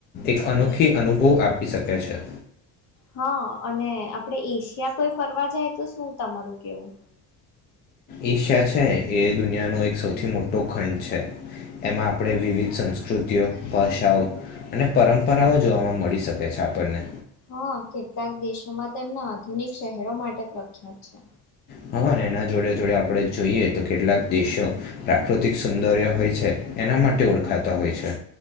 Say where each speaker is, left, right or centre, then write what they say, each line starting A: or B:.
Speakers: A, on the left (about 30°); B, on the left (about 50°).
A: એક અનુ અનુભવ આપી શકે છે.
B: હા અને આપડે એશિયા કોઈ ફરવા જાય તો શું તમારું કેવું.
A: એશિયા છે એ દુનિયાનો એક સૌથી મોટો ખંડ છે એમાં આપણે વિવિધ સંસ્કૃતિઓ ભાષાઓ અને પરંપરાઓ જોવા મળી શકે છે આપણને.
B: હા કેટલાક દેશોમાં તેમના આધુનિક શહેરો માટે પ્રખ્યાત છે.
A: હા એના જોડે જોડે આપડે જોઈએ તો કેટલાક દેશો પ્રાકૃતિક સૌંદર્ય હોય છે એના માટે ઓળખાતા હોય છે.